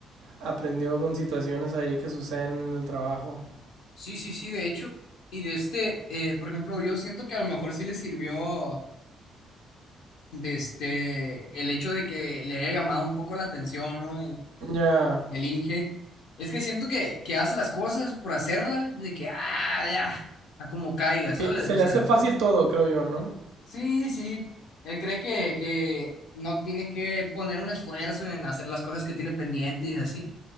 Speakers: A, on the right; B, on the left.
A: aprendió con situaciones ahí que suceden en el trabajo.
B: Sí, sí, sí, de hecho. Y de este, eh, por ejemplo, yo siento que a lo mejor sí le sirvió de este, el hecho de que le haya llamado un poco la atención, ¿no? El,
A: Ya,
B: el Inge. Es que siento que, que hace las cosas por hacerlas, de que, ah, ya, a como caiga, ¿sabes?
A: pi- se
B: O
A: le
B: sea,
A: hace fácil todo, creo yo, ¿no?
B: sí, sí. Él cree que, que no tiene que poner un esfuerzo en hacer las cosas que tiene pendientes y así.